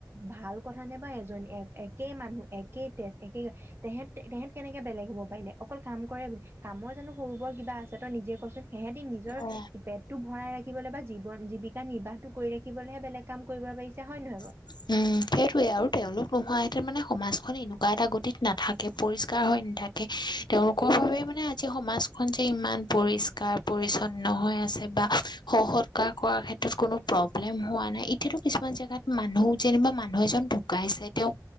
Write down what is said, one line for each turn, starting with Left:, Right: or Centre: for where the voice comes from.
Right: ভাল কথা নে বা এজনী একে মানুহ একে তেজ একে তেহেত তেহেত কেনেকে বেলেগ হ'ব পাৰিলে অকল কাম কৰে বুলি কামৰ জানোঁ সৰুবৰ কিবা আছে তই নিজে কচোন। সিহেতি নিজৰ
Left: অ
Right: পেটটো ভৰাই ৰাখি। জীয়াই থাকিবলৈ বা জীৱন জীৱিকা নিৰ্বাহটো কৰি ৰাখিবলৈহে বেলেগ কাম কৰিব পাৰিছে হয় নহয় বাৰু
Left: উম সেইটোৱেয়ে আৰু তেওঁলোক নোহোৱাহেঁতেন মানে সমাজখন এনেকুৱা এটা গতিত নাথাকে পৰিষ্কাৰ হৈ নাথাকে তেওঁলোকৰ বাবে মানে আজি সমাজখন যে ইমান পৰিস্কাৰ পৰিছন্ন হৈ আছে বা সসৎকাৰ কৰাৰ ক্ষেত্ৰত কোনো প্ৰব্লেম হোৱা নাই এতিয়াতো কিছুমান জেগাত মানুহ। যেনিবা মানুহ এজন ঢুকাইছে তেওঁক